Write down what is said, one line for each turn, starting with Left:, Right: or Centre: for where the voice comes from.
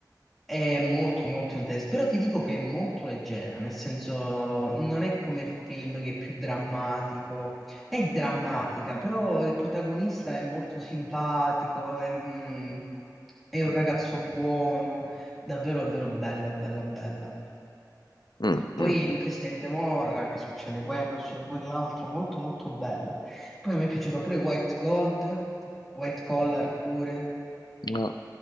Centre: è molto molto interessante. Però ti dico che è molto leggera, nel senso non è come il film che è più drammatico, è drammatica, però il protagonista è molto simpatico, è, mh, è un ragazzo buono, davvero davvero bella, bella, bella.
Left: Mm,
Centre: Poi
Left: mm, mm.
Centre: il presidente Morra, che succede quello, succede quell'altro, molto molto bella. Poi mi è piaciuta pure White Gold, White Collar pure,
Left: No.